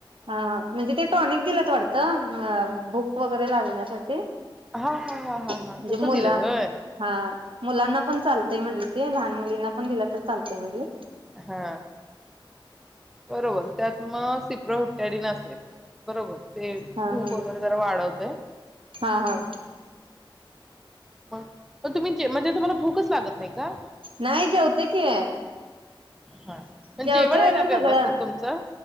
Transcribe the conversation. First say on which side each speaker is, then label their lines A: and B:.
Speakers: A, on the right; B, in the centre.
A: हा म्हणजे ते टॉनिक दिलत वाटतं हा भूक वगैरे लागण्यासाठी म्हणजे
B: हा हा हा हा हा तसं
A: मुला
B: दिलं होय
A: हा मुलांना पण चाल ते म्हटले ते लहान मुलींना पण दिला तर चालतय म्हटले
B: हा बरोबर त्यात म सिप्रो डीन असेल बरोबर ते
A: हा
B: भूक
A: हा
B: वगैरे जरा वाढवतय
A: हा हा
B: मग म तुम्ही जे म्हणजे तुम्हाला भूकच लागत नाही का?
A: नाही जेवते की,
B: हा. पण
A: जेवते
B: जेवण
A: वैगेरे
B: आहे ना
A: सगळं
B: व्यवस्थित तुमचं?